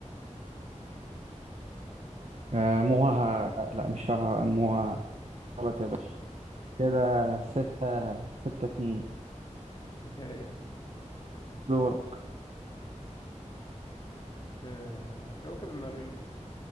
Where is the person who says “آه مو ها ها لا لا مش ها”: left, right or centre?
Right